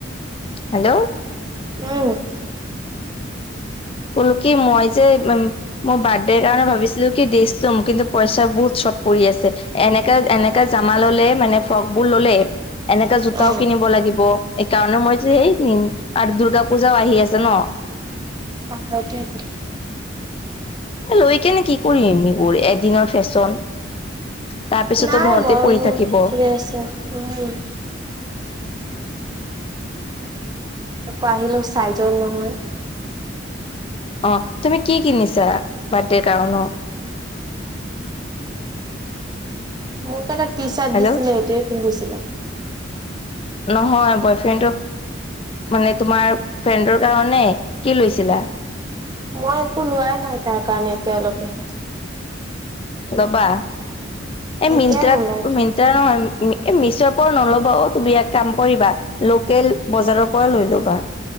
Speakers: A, on the left (about 30°); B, on the right (about 20°).
A: হেল্ল',
B: উম
A: কলো কি মই যে উ মোৰ বাৰ্থডেৰ কাৰণে ভাবিছিলো কি কিন্তু পইচা বহুত চৰ্ট পৰি আছে এনেকা এনেকা জামা ললে মানে ফ্ৰক বোৰ ললে এনেকা জোতাও
B: অ
A: কিনিব লাগিব সেইকাৰণে মই যে সেই আৰু দুূৰ্গা পূজাও আহি আছে ন
B: অ', <unintelligible>
A: লৈ কেনে কি কৰিম এইবোৰ এদিনৰ ফেশ্বন তাৰ পিছতো
B: নাই,
A: ঘৰতে
B: মই
A: পৰি
B: বহুত
A: থাকিব
B: ফ আছো উ আকৌ আহিলো চাইজৰ নহয়।
A: অ' তুমি কি কিনিছা বাৰ্থডেৰ কাৰনে।
B: মোৰত এটা ট চাৰ্ট
A: হেল্ল'
B: দিছিলে এটোৱ পিন্ধিছিলো।
A: নহয় বয়ফ্ৰেণ্ডক মানে তোমাৰ ফ্ৰেণ্ডৰ কাৰণে কি লৈছিলা।
B: মই একো লোৱাই নাই তাৰ কাৰণে এতিয়ালৈকে।
A: দবা এই
B: এতিয়া
A: মিন্ত্ৰা-মিন্ত্ৰা
B: নলওঁ
A: নহয়। এ মিছৰ পৰা নল'বা অ তুমি ইাক কাম কৰিবা লোকেল বজাৰৰ পৰা লৈ ল'বা।